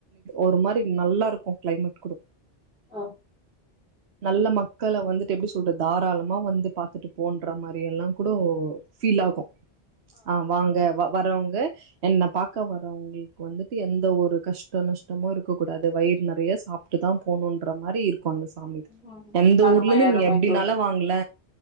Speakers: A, on the right (about 70°); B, in the centre.
A: ஒரு மாரி நல்லா இருக்கும் கிளைமேட் கூட
B: ஆ
A: நல்ல மக்களை வந்துட்டு எப்படி சொல்ற தாராளமா வந்து பாத்துட்டு போன்ற மாதிரி எல்லாம் கூட ஃபீல் ஆகும் ஆ வாங்க வரவங்க என்ன பார்க்க வரவங்களுக்கு வந்துட்டு எந்த ஒரு கஷ்ட நஷ்டமும் இருக்கக் கூடாது வயிறு நிறைய சாப்பிட்டு தா போ போணுன்ற மாரி இருக்கும் அந்த சாமி
B: ம்
A: எந்த
B: அருமை
A: ஊர்ல இருந்து
B: அருமை
A: நீங்க எப்டினாலும்
B: தோழி
A: வாங்கல